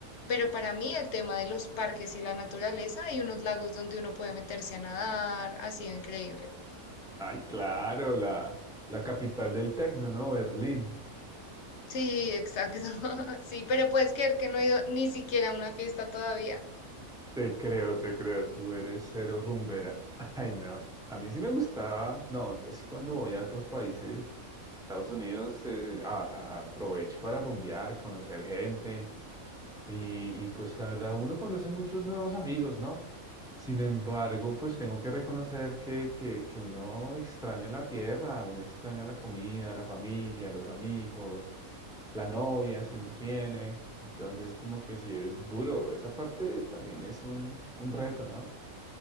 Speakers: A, on the left; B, in the centre.
A: pero para mí el tema de los parques y la naturaleza, hay unos lagos donde uno puede meterse a nadar, ha sido increíble.
B: Ay, claro, la, la capital del tecno, ¿no? Berlín.
A: Sí, exacto. <laughs> Sí, pero puedes creer que no he ido ni siquiera a una fiesta todavía.
B: Te creo, te creo, tú eres cero rumbera. <laughs> Ay, no. A mí sí me gustaba. No, yo sí cuando voy a otros países, Estados Unidos, eh, a- a- aprovecho para rumbear, conocer gente. Y, y pues la verdad, uno conoce muchos nuevos amigos, ¿no? Sin embargo, pues tengo que reconocer que, que, que uno extraña la tierra, uno extraña la comida, la familia, los amigos, la novia, si uno tiene. Entonces, como que sí es duro. Esa parte también es un, un reto, ¿no?